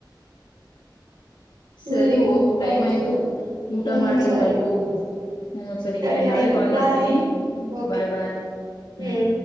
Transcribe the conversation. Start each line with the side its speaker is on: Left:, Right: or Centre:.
Left: ಸರಿ
Right: ಏನಪ್ಪಾ
Left: ಹೋಗು ಟೈಮ್
Right: ಅದು
Left: ಆಯ್ತು
Right: ಬೇರೆ
Left: ಊಟ
Right: ಹ್ಞೂ
Left: ಮಾಡಿ
Right: ಸರಿ
Left: ಮಲ್ಕೋ. ಹ್ಮಸರಿ
Right: ಸರಿ
Left: ಕಣೆ ನಾಳೆ
Right: ಆಯಿತು
Left: ಕಾಲ್ ಮಾಡ್ತೀನಿ
Right: ಬಾಯ್ ಓಕೆ
Left: ಬಾಯ್ ಬಾಯ್ ಹ್ಮ್.
Right: ಹ್ಞೂ